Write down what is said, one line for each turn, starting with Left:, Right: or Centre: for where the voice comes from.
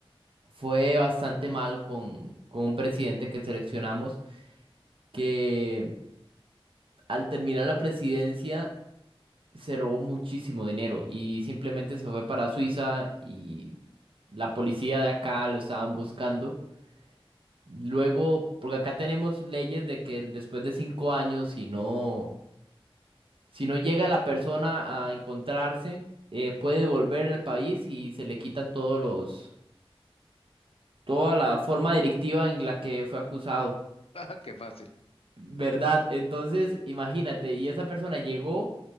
Right: fue bastante mal con, con un presidente que seleccionamos, que al terminar la presidencia se robó muchísimo dinero y simplemente se fue para Suiza y la policía de acá lo estaban buscando. Luego, porque acá tenemos leyes de que después de cinco años, si no, si no llega la persona a encontrarse, eh, puede volver al país y se le quitan todos los, toda la forma delictiva en la que fue acusado.
Left: <laughs> qué fácil.
Right: ¿Verdad? Entonces, imagínate, y esa persona llegó,